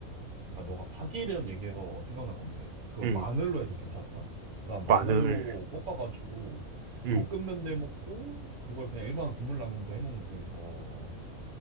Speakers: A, on the right; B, on the right.
A: 아, 너가 파기름 얘기해서 생각난 건데, 그거
B: 음,
A: 마늘로 해도 괜찮다? 난 마늘로
B: 마늘,
A: 볶아가지고,
B: 음,
A: 볶음면도 해 먹고, 그걸 그냥 일반 국물라면도 해 먹는데, 어,